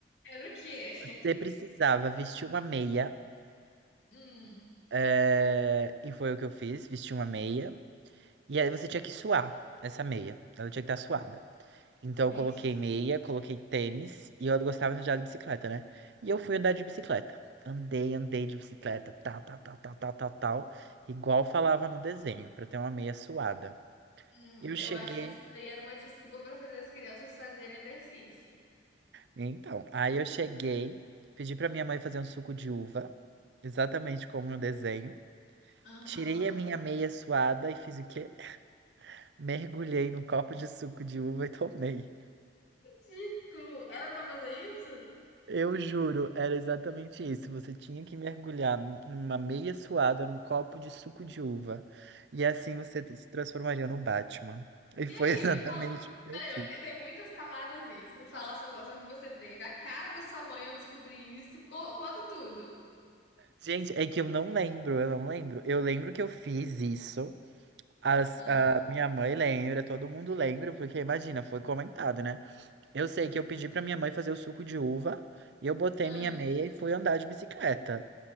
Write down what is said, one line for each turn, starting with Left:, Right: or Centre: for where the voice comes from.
Left: Era o quê?
Right: Você precisava vestir uma meia
Left: Hum,
Right: É, e foi o que eu fiz, vesti uma meia. E aí você tinha que suar essa meia. Ela tinha que estar suada. Então
Left: gente,
Right: eu coloquei meia, coloquei tênis e eu gostava de andar de bicicleta, né? E eu fui andar de bicicleta. Andei, andei de bicicleta, tal, tal, tal, tal, tal, tal, tal. Igual falava no desenho, pra eu ter uma meia suada.
Left: hum,
Right: Eu
Left: eu
Right: cheguei,
Left: acho que isso daí era uma desculpa para fazer as crianças fazerem exercício.
Right: então, aí eu cheguei, pedi pra minha mãe fazer um suco de uva, exatamente como no desenho.
Left: Aham.
Right: Tirei a minha meia suada e fiz o quê? Mergulhei num copo de suco de uva e tomei.
Left: Dito, era para fazer isso?
Right: Eu juro, era exatamente isso. Você tinha que mergulhar uma meia suada num copo de suco de uva. E assim você se transformaria no Batman. E
Left: E
Right: foi
Left: aí,
Right: <laughs> exatamente
Left: me fala.
Right: o que
Left: Peraí,
Right: eu fiz.
Left: eu- tem muitas camadas isso. Me fala a sensação que você teve. A cara da sua mãe ao descobrir isso. Co- Conta tudo.
Right: Gente, é que eu não lembro, eu não lembro. Eu lembro que eu fiz isso. As-
Left: Ah,
Right: a minha mãe lembra, todo mundo lembra, porque imagina, foi comentado, né? Eu sei que eu pedi pra minha mãe fazer o suco de uva e eu botei
Left: ah,
Right: minha meia e fui andar de bicicleta.